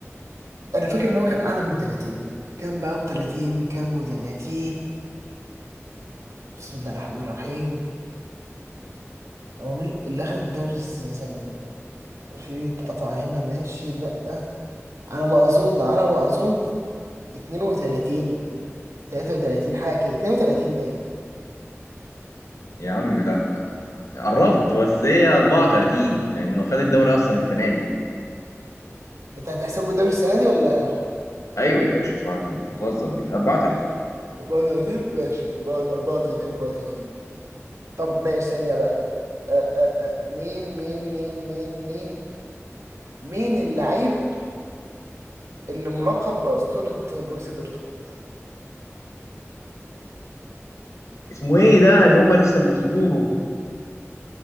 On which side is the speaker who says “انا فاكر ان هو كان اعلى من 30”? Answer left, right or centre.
Right